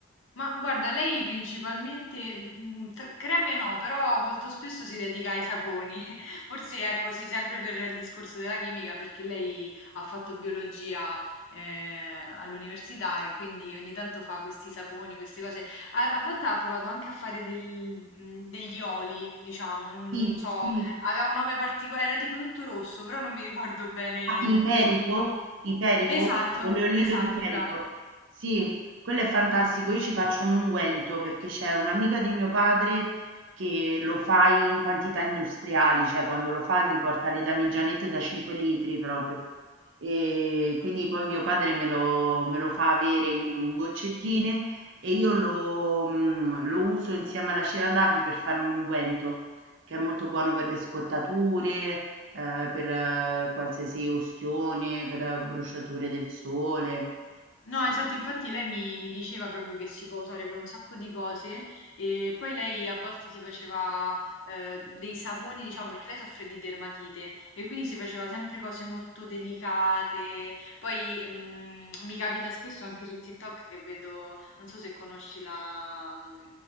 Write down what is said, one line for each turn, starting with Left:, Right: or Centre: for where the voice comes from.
Left: Ma guarda, lei principalmente, mm, t- creme no, però molto spesso si dedica ai saponi. <laughs> Forse è così sempre per il discorso della chimica, perché lei ha fatto biologia eh, all'università e quindi ogni tanto fa questi saponi, queste cose. A, a volte ha provato anche a fare del- mm, degli oli, diciamo, non,
Right: Sì,
Left: non so,
Right: sì.
Left: aveva un nome particolare, era tipo tutto rosso, però non mi ricordo bene
Right: Ah, Iperico?
Left: il nome.
Right: Iperico?
Left: Esatto,
Right: Oleolito
Left: esatto,
Right: di Iperico.
Left: brava.
Right: Sì, quello è fantastico. Io ci faccio un unguento perché c'è un'amica di mio padre che lo fa in quantità industriali, cioè quando lo fa gli porta le damigianette da 5 litri proprio. E quindi poi mio padre me lo, me lo fa avere in in boccettine e io lo, mm, lo uso insieme alla cera d'api per fare un unguento che è molto buono per le scottature ehm, per eh, qualsiasi ustione, per bruciature del sole. Sì.
Left: No, esatto, infatti lei mi, mi diceva proprio che si può usare per un sacco di cose e poi lei a volte si faceva eh, dei saponi, diciamo, perché lei soffre di dermatite e quindi si faceva sempre cose molto delicate. Poi mm, mi capita spesso anche su TikTok che vedo, non so se conosci la, mm,